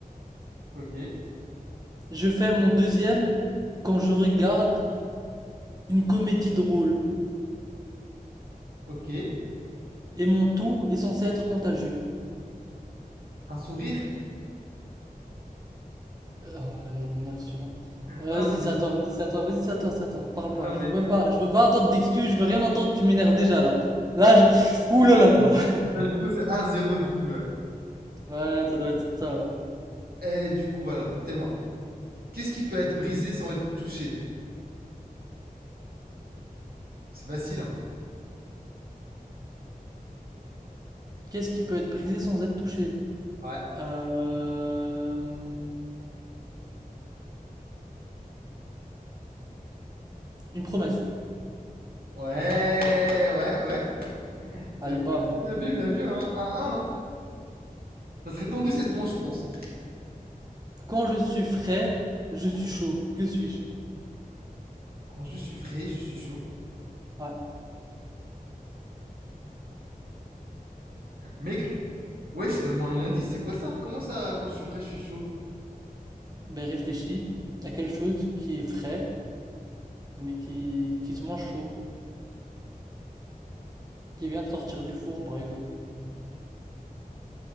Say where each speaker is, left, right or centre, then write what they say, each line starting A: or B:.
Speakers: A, on the right; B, on the right.
A: Ok.
B: Je fais mon deuxième quand je regarde une comédie drôle.
A: Ok.
B: Et mon tout est censé être contagieux.
A: Un sourire?
B: Oh là là, il m'énerve celui-là. Euh,
A: Ah,
B: Vas-y,
A: non, mais,
B: c'est à toi, vas-y, c'est à toi, vas-y, c'est à toi, c'est à toi. Parle pas,
A: non,
B: je
A: mais-
B: veux même pas, je veux pas entendre d'excuses, je veux rien entendre, tu m'énerves déjà là. Là, je... Ouh là là là là.
A: ah, du coup, c'est un zéro du coup, là.
B: Ouais, ça doit être ça, ouais.
A: Et du coup, voilà. Tes mains. Qu'est-ce qui peut être brisé sans être touché? C'est facile, hein.
B: Qu'est-ce qui peut être brisé sans être touché?
A: Ouais.
B: Euh... Une promesse.
A: Ouais, ouais, ouais. C'est
B: Allez, bam.
A: bien vu, bien vu, hein. Un un. hein. Ça serait tendu cette manche, je pense.
B: Quand je suis frais, je suis chaud. Que suis-je?
A: Quand je suis frais, je suis chaud.
B: Ouais.
A: Mec, ouais, je donne-moi un indice, c'est quoi ça? Comment ça, quand je suis frais, je suis chaud?
B: ben, réfléchis à quelque chose qui est frais, mais qui, qui se mange chaud, qui vient de sortir du four, par exemple.